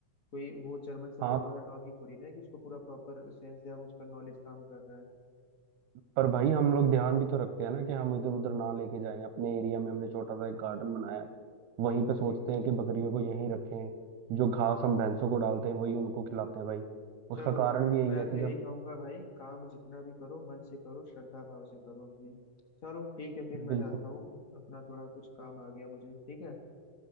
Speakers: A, on the left (about 55°); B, on the right (about 85°).
A: कोई वो जर्मन शेफर्ड
B: हाँ
A: वाला डॉगी थोड़ी ना है कि उसको पूरा प्रॉपर सेंस या उसका नॉलेज काम कर रहा है
B: पर भाई हम लोग ध्यान भी तो रखते हैं ना कि हम इधर उधर ना लेके जाएं अपने एरिया में हमने छोटा सा एक गार्डन बनाया है वहीं पे सोचते
A: जी जी
B: हैं कि बकरियों को यहीं रखें जो घास हम भैंसों को डालते हैं वही उनको खिलाते हैं भाई उसका
A: चलो
B: कारण
A: यार
B: भी यही
A: मैं
B: है कि
A: तो यही
B: जब
A: कहूंगा भाई काम जितना भी करो मन से करो श्रद्धा भाव से करो अपनी चलो ठीक है फिर मैं
B: बिल्कुल
A: जाता हूँ अपना थोड़ा कुछ काम आ गया मुझे ठीक है